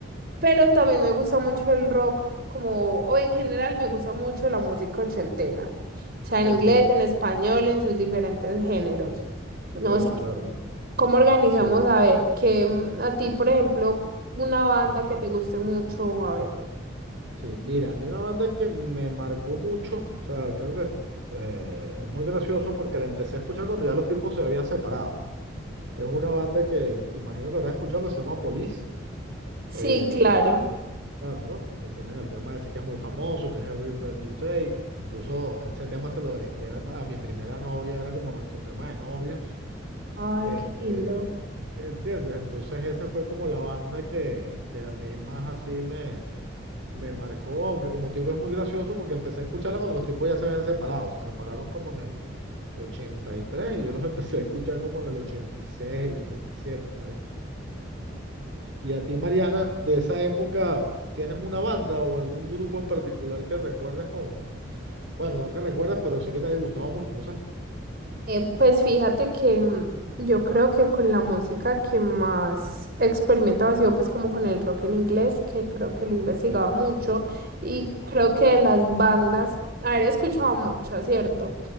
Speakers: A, on the right; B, on the right.
A: pero también me gusta mucho el rock, como, o en general me gusta mucho la música ochentera. O sea, en
B: entiendo.
A: inglés, en español, en sus diferentes géneros. No
B: Claro,
A: sé.
B: claro.
A: ¿Cómo organizamos?
B: Sí,
A: A ver, que mm, a ti, por ejemplo, una banda
B: ajá.
A: que te guste mucho, a ver.
B: Sí, mira, a mí una banda que me marcó mucho, o sea, creo que eh, es muy gracioso porque la empecé a escuchar cuando ya los tipos se habían separado. Es una banda que imagino que habrás escuchado que se llama Police.
A: Sí,
B: eh,
A: claro.
B: Claro, ¿no? Que tienen el tema ese que es muy famoso, que es Every Breath You Take. Incluso ese tema se lo dediqué a, a mi primera novia, era como nuestro tema de novios.
A: Ay,
B: Este,
A: qué lindo.
B: ¿entiendes? Entonces esa fue como la banda que, que a mí más así me, me marcó, aunque como te digo es muy gracioso porque empecé a escucharla cuando los tipos ya se habían separado, se separaron como en el ochenta y tres y yo los <laughs> empecé a escuchar como en el 86, 87, por ahí. Y a ti, Mariana, de esa época, ¿tienes una banda o algún grupo en particular que recuerdes con, bueno, no que recuerdes, pero sí que te haya gustado mucho, no sé?
A: Eh, pues fíjate que mm, yo creo que con la música que más experimentaba ha sido pues como con el rock en inglés, que creo que lo investigaba
B: Ok,
A: mucho y
B: ajá,
A: creo que de las bandas, a ver, he escuchado muchas, ¿cierto?